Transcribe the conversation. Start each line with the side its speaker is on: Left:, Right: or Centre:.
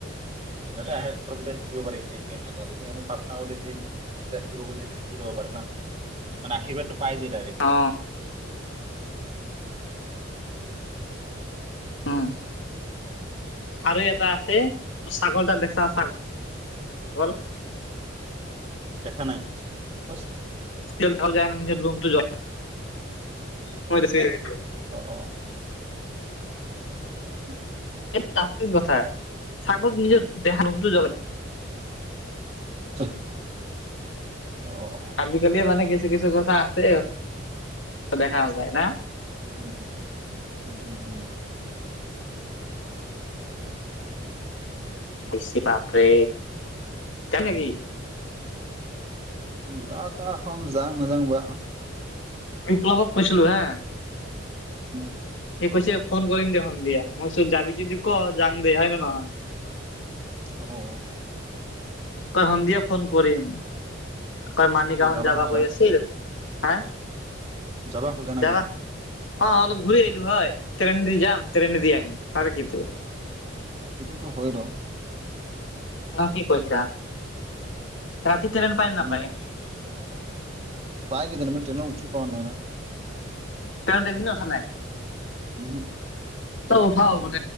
Right: - সিহতে আহে শিকিব পাৰিত এতিয়া। পাপনা বুলি যি বিদ্যা শিকিব খোজে এইেইটো শিকি ল'ব পাৰে না মানে আশীৰ্বাদটো পাইজে ডাইৰেকট
Left: অ উম, আৰু এটা আছে ছাগল তটা দেখছা ছাগল হল
Right: দেখা নাই ব
Left: তেতি য যায় ন নিজৰ লুমটো জ <unintelligible>
Right: অ - অ। অ',
Left: এই আ কথা চাকল নিজৰ দেহা মনটো জ্ব
Right: <unintelligible> অ
Left: আজিকালি মানে কিছু - কিছু কথা আছে দেখা যায় না।
Right: উ, উম- উম- উম।
Left: বি পাপৰে যাম নেকি।
Right: য তা এখন যাং নাযাং বা
Left: বিপ্লৱক কৈছিলো হা।
Right: অ
Left: স কৈছে ফোন কৰিম দেিয় সন্ধিয়া মইচ যাবি যদি ক যাং দে হয় ন নহয়
Right: অ',
Left: তই সন্ধিয়া ফোন কৰিম তই মানিকাখন
Right: তুমি
Left: যাবা
Right: খোজা
Left: কৈ আছিল। হা।
Right: যাবা খোজা ননাকি।
Left: যাবা অ, অলপ ঘূৰি আহিলো হয় ট্ৰেইনেদি যাম ট্ৰেইনেদি আহিম আৰু কি
Right: ভিটোটো হৈ ৰ
Left: ন কি কৈছা ৰাতি তেৰেন পায়ম নাপায়
Right: মই পাই কিেইতি ন মি ট্ৰেইনত উঠি পাৱ নাই ন।
Left: তেওতে বি নথা নাই।
Right: উমহ,
Left: চব উঠও গট